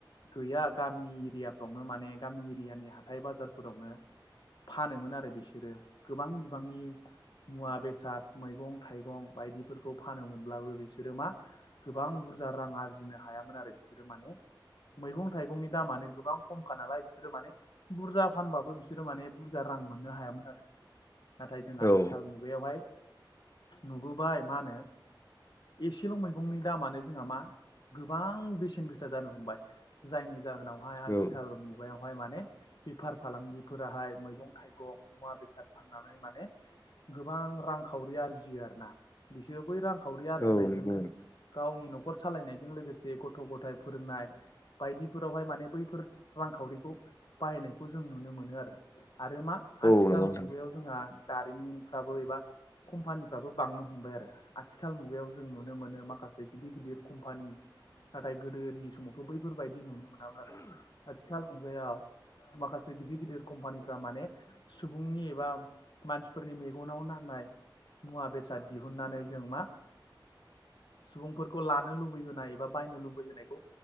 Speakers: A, on the left; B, on the left.
A: गैया गामि एरिआफ्रावनो माने गामि एरिआनि हाथाय बाजारफोरावनो फानोमोन आरो बिसोरो गोबां बिबांनि मुवा बेसाद मैगं थाइगं बायदिफोरखौ खौ फानोमोनब्लाबो बिसोरो मा गोबां बुरजा रां आरजिनो हायामोन आरो बिसोरो माने मैगं थाइगंनि दामानो गोबां खमखा नालाय बिसोरो माने बुरजा फानबाबो बिसोरो माने बुरजा रां मोननो हायामोन आरो नाथाय जों आथिखाल
B: औ
A: मुगायावहाय नुबोबाय मा होनो एसेल' मैगंनि दामानो जोंहा मा गोबां बेसेन गोसा जानो हमबाय जायनि जाहोनावहाय आथिखाल
B: औ
A: आथिखाल मुगायावहाय माने बेफार फालांगिफोराहाय मैं थाइगं मुवा बेसाद बेसाद फाननानै माने गोबां रांखावरि आरजियो आरो ना बिसो बै रांखावरि आरजिनायजोंनो
B: औ नंगौ
A: गावनि न'खर सालायनायजों लोगोसे गथ' ग'थाइ ग'थाय फोरोंनाय बायदिफोरावहाय माने बैफोर रांखावरिखौ बाहायनायखौ जों नुनो मोनो आरो आरो मा
B: औ
A: आथिखाल
B: नंगौ नोंथां
A: मुगायाव जोंहा दारिमिनफ्राबो एबा कम्पानिफ्राबो बांनो हमबाय आरो आथिखाल मुगायाव जों नुनो मोनो माखासे गिदिर गिदिर कम्पानि नाथाय गोदोनि समावथ' बैफोरबादि नुनो मोनामोन आरो आथिखाल मुगायाव माखासे गिदिर गिदिर कम्पानिफ्रा माने सुबुंनि एबा मानसिफोरनि मेगनाव नांनाय मुवा बेसाद दिहुननानै जों मा सुबुंफोरखौ लानो लुबैहोनाय एबा बायनो लु लुबैहोनखौ